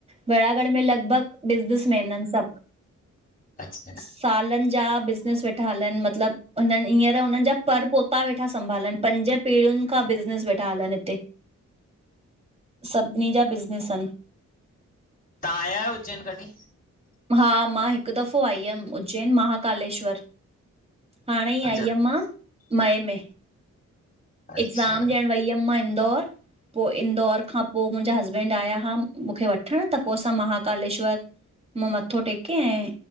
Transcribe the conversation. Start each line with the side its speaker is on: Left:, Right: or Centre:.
Right: बेड़ागढ़ में लॻभॻ बिज़नेस मैन आहिन सब।
Left: अच्छा
Right: सालनि जा बिज़नेस वेठा हलन मतलब। हुननि हींअर हुननि जा पर पोता वेठा संभालन, पंज पीढ़ियुनि खां बिज़नेस वेठा हलन हिते। सभिनी जा बिज़नेस आहिनि।
Left: तव्हां आया आहियो उज्जैन कॾहिं?
Right: हा मां हिक दफ़ो आई हुयमि उज्जैन माहाकालेश्वर। हाणे ही
Left: अच्छा
Right: आईहमि मां, मई में।
Left: अच्छा
Right: एक्ज़ाम ॾियण वई हुयमि मां इंदौर पो इंदौर खां पो मुंजा हस्बैंड आया आ मूंखे वठण त पो असां माहाकालेश्वर मथो टेके ऐं